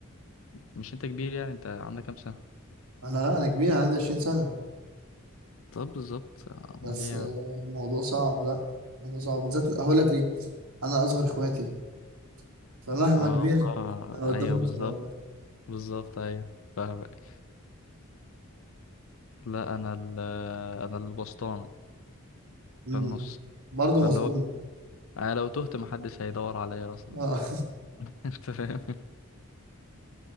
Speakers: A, on the left (about 65°); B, on the right (about 85°).
A: مش انت كبير يعني انت عندك كام سنه
B: أنا لا أنا كبير عندي عشرين سنة
A: طب بالظبط امال
B: بس
A: ايه يا
B: آه،
A: عم
B: الموضوع صعب لا الموضوع صعب بالذات هقول لك ليه أنا أصغر إخواتي فمهما
A: اه
B: كبرت
A: آه،
B: أنا قدامهم
A: ايوه بالظبط
B: صغير
A: بالظبط ايوه فاهمك لا انا ال... انا البسطاني
B: مم.
A: في النص
B: برضه
A: فاللي
B: مظلوم
A: هو انا لو تهت محدش هيدور عليا اصلا
B: آه.
A: <laughs> انت فاهم